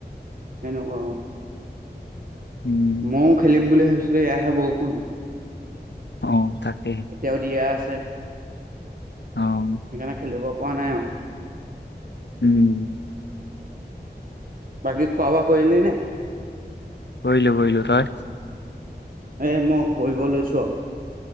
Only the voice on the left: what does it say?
উম।
অ', তাকে।
অ',
উম।
কৰিলোঁ কৰিলোঁ, তই?